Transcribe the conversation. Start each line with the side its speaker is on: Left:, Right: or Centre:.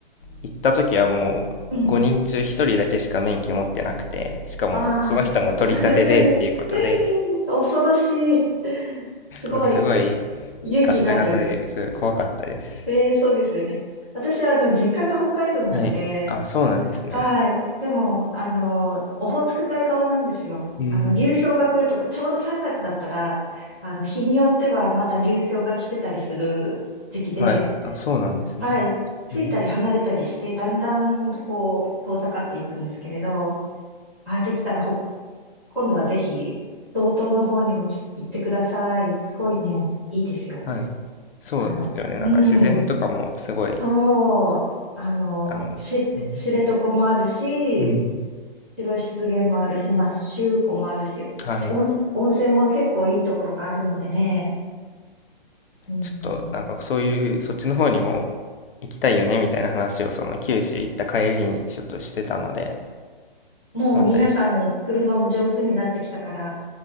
Left: 行った時はもう5人中一人だけしか免許持ってなくて、
Centre: うん。
Left: しかもその人も取り立てでっていうことで、
Centre: あー、そ、そ、<laughs> 恐ろしい。すごい。
Left: もうすごい
Centre: 勇気がある。
Left: ガッタガタですごい怖かったです。
Centre: ええ、そうですよね。私は、あの、実家が北海道なので、
Left: はい。あ、そうなんですね。
Centre: はい。でも、あの、オホーツク海側なんですよ。
Left: うん。
Centre: あの、流氷が来るとこ、ちょうど3月だったら、あの、日によってはまだ流氷が来てたりする時期で、
Left: はい。あ、そうなんですね。
Centre: はい。ついたり離れたりして、
Left: うん。
Centre: だんだん、こう、遠ざかっていくんですけれど、あ、できたらほ、今度はぜひ、道東の方にもき行ってください。すごいね、いいですよ。
Left: はい。そうですよね。
Centre: あの、う
Left: なんか自然とかもすごい、
Centre: ん。そう、あの、
Left: あの、
Centre: し、
Left: うん
Centre: 知床もあるし、
Left: うん。
Centre: 白湿原もあるし、まあ、周湖もあるし、
Left: はい。
Centre: 温、温泉も結構いいところがあるのでね、うん、
Left: ちょっと、なんかそういう、そっちの方にも行きたいよね、みたいな話を、その九州行った帰りにちょっとしてたので、
Centre: もう皆さん車も上手になってきたから、
Left: また、